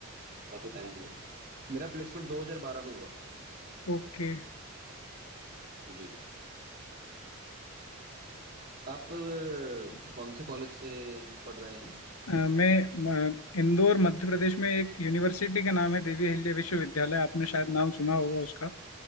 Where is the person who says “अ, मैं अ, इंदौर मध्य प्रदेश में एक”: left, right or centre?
Left